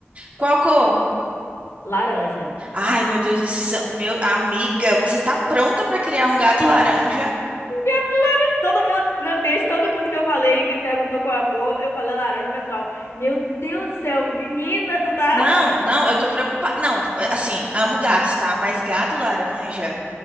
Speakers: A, on the right; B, on the left.
A: Qual cor?
B: Laranja.
A: Ai, meu Deus, esses são... Meu, amiga, você tá pronta pra criar um gato laranja?
B: Gato laranja. Todo mundo, meu Deus, todo mundo que eu falei, que perguntou qual é a cor, eu falei laranja, pessoal. Meu Deus do céu, menina, tu tá.
A: Não, não, eu tô preocupada. Não, assim, amo gatos, tá? Mas gato laranja.